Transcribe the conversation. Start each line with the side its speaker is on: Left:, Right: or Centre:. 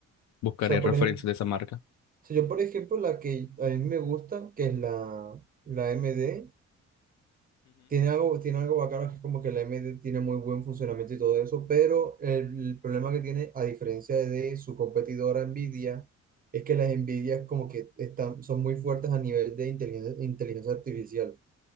Left: Buscaré
Right: sea,
Left: referencias
Right: por ejemplo,
Left: de esa marca.
Right: si yo por ejemplo la que a mí me gusta, que es la, la MD, Tiene algo, tiene algo bacano, que es como que la AMD tiene muy buen funcionamiento y todo eso, pero el, problema que tiene, a diferencia de su competidora Nvidia, es que las Nvidia como que están, son muy fuertes a nivel de inteligencia, inteligencia artificial.